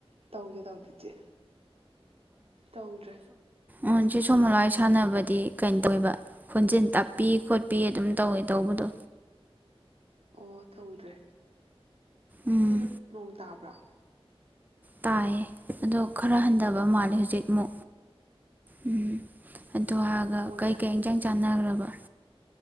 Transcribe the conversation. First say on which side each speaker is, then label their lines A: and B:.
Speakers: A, on the right; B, on the right.
A: ꯇꯧꯗꯦ ꯇꯧꯗꯦ ꯏꯆꯦ ꯇꯧꯗ꯭ꯔꯦ
B: ꯑꯣ ꯁꯦ ꯁꫭꯃꫭꯂꯥꯏ ꯍꫭꯏ ꯁꯥꯟꯅꯕꯗꯤ ꯀꯩꯅꯣ ꯇꯧꯋꯦꯕ ꯈꯣꯟꯖꯤꯜ ꯇꯞꯄꯤ ꯈꯣꯠꯄꯤ ꯑꯗꯨꯝ ꯇꯧꯋꯦ ꯇꯧꯕꯗꯤ
A: ꯑꯣ ꯇꯧꯗ꯭ꯔꯦ
B: ꯎꯝ
A: ꯏꯆꯦ ꯅꯪ ꯅꯣꯡ ꯇꯥꯕ꯭ꯔꯥ
B: ꯇꯥꯏ ꯑꯗꯣ ꯈꯔ
A: ꯎꯝ
B: ꯍꯟꯊꯕ ꯃꯥꯜꯂꯦ ꯍꯧꯖꯤꯛ ꯃ ꯎꯝ ꯑꯗꯨ ꯍꯒ
A: ꯑꯣ ꯉꯁꯥꯏ
B: ꯀꯩꯀꯩ ꯏꯟ ꯆꯪ ꯆꯥꯟꯅꯈ꯭ꯔꯕ